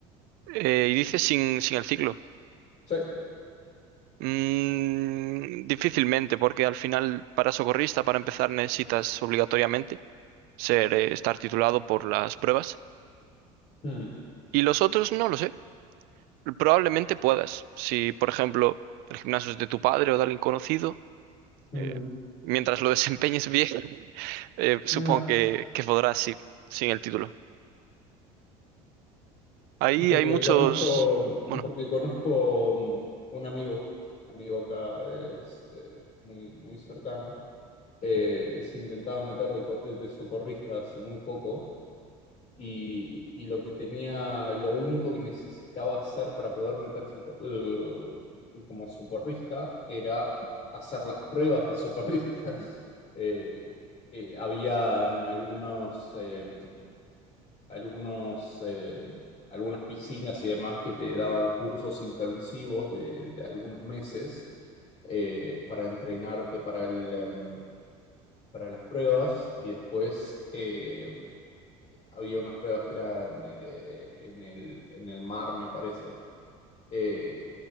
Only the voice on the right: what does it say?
Eh, y dice sin, sin el ciclo.
Mm, difícilmente, porque al final para socorrista, para empezar, necesitas obligatoriamente ser, eh, estar titulado por las pruebas.
Y los otros no lo sé. Probablemente puedas. Si, por ejemplo, el gimnasio es de tu padre o de alguien conocido,
eh, mientras lo desempeñes bien, <laughs> eh, supongo
que, que podrás, sí, sin el título. Ahí
hay muchos...
Bueno,